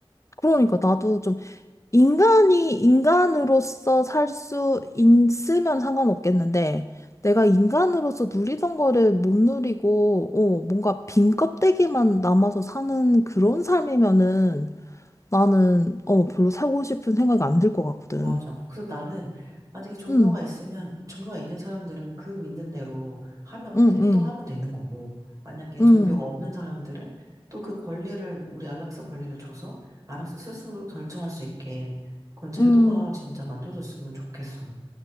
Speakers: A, on the left; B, on the right.
A: 그러니까 나도 좀 인간이 인간으로서 살 수 있으면 상관없겠는데, 내가 인간으로서 누리던 거를 못 누리고, 어, 뭔가 빈 껍데기만 남아서 사는 그런 삶이면은 나는, 어, 별로 살고 싶은 생각이 안 들 것 같거든.
B: 맞아. 그래서 나는 만약에 종교가
A: 응,
B: 있으면 종교가 있는 사람들은 그 믿는 대로 하면
A: 응,
B: 행동하면
A: 응,
B: 되는 거고 만약에
A: 응,
B: 종교가 없는 사람들은 또 그 권리를 우리 안락사 권리를 줘서 알아서 스스로 결정할 수 있게 그런 제도가
A: 응.
B: 진짜 만들어졌으면 좋겠어.